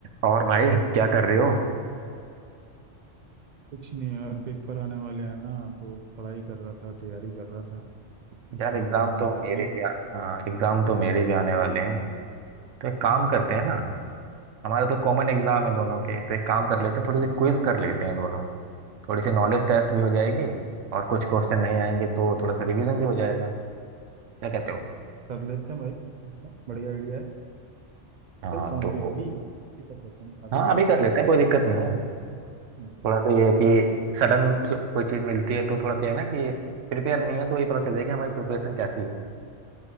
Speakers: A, on the right; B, on the right.
A: और भाई क्या कर रहे हो
B: कुछ नहीं यार पेपर आने वाले हैं ना तो पढ़ाई कर रहा था तैयारी कर रहा था इस
A: यार
B: बार
A: एग्जाम
B: बढ़िया नंबर
A: तो
B: लाने
A: मेरे
B: हैं
A: भी आ, एग्जाम तो मेरे भी आने वाले हैं तो एक काम करते हैं ना हमारे तो कॉमन एग्जाम है दोनों के तो एक काम कर लेते हैं थोड़ी सी क्विज कर लेते हैं दोनों थोड़ी सी नॉलेज टेस्ट भी हो जाएगी और कुछ क्वेश्चन नहीं आएंगे तो थोड़ा सा रिवीजन भी हो जाएगा क्या कहते हो
B: कर लेते हैं भाई कर लेते हैं बढ़िया आइडिया है
A: हाँ
B: चल फोन
A: तो
B: पे अभी ऐसे ही कर लेते हैं ना अभी
A: हाँ
B: कर
A: अभी
B: लेते
A: कर लेते
B: हैं
A: हैं कोई दिक्कत नहीं है
B: हम्म,
A: थोड़ा सा ये है कि सडन
B: चल
A: कोई
B: ठीक
A: चीज मिलती है तो थोड़ा सा ये है ना कि प्रिपेयर नहीं है तो ये पता चलेगा कि हमारी प्रिपरेशन कैसी है